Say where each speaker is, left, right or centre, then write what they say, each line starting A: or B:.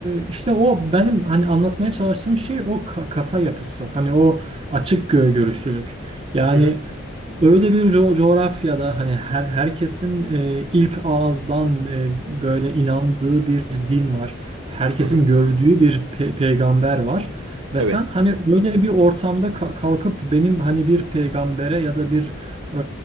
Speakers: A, on the right; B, on the right.
A: e, işte o benim hani anlatmaya çalıştığım şey o ka- kafa yapısı. Hani o açık gö- görüşlülük. Yani
B: hı hı,
A: Öyle bir co- coğrafyada hani her herkesin e, ilk ağızdan e, böyle inandığı bir din var. Herkesin
B: hı hı.
A: gördüğü bir pe- peygamber var. Ve
B: Evet.
A: sen hani öyle bir ortamda ka- kalkıp benim hani bir peygambere ya da bir e,